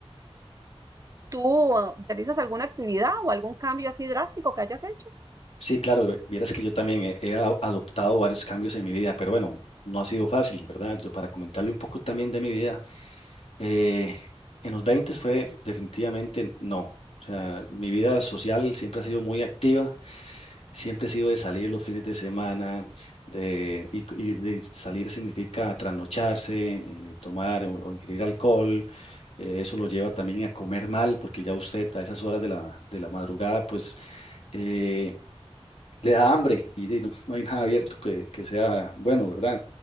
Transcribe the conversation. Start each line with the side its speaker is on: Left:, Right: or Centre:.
Right: ¿Tú ah, realizas alguna actividad o algún cambio así drástico que hayas hecho?
Left: Sí, claro, ve- vieras que yo también he, he a- adoptado varios cambios en mi vida, pero bueno, no ha sido fácil, ¿verdad? Yo para comentarle un poco también de mi vida, eh, en los 20 fue definitivamente no. O sea, mi vida social siempre ha sido muy activa Siempre he sido de salir los fines de semana, de, y, y de salir significa trasnocharse, eh, tomar o, o ingerir alcohol. eh, eso lo lleva también a comer mal, porque ya usted a esas horas de la, de la madrugada, pues eh, le da hambre y de- no, no hay nada abierto que, que sea bueno, ¿verdad?